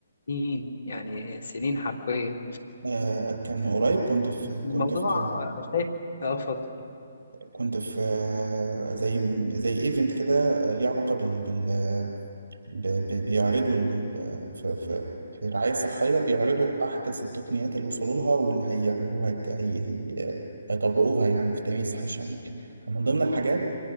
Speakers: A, on the left (about 70°); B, on the right (about 70°).
A: سنين يعني سنين حرفيا
B: آه، كان من قريب كنت في
A: الموضوع
B: كنت في
A: شايف اه اتفضل
B: كنت في آه، زي زي ايفنت كده آه، ليه علاقه بال, بال... ب... ب... بيعرضوا ال... ال- في... في... في الرعايه الصحيه بيعرضوا احدث التقنيات اللي وصلوا لها واللي هيعملوها هي... هي... هي... هيطبقوها يعني في التأمين الصحي الشامل كان من ضمن الحاجات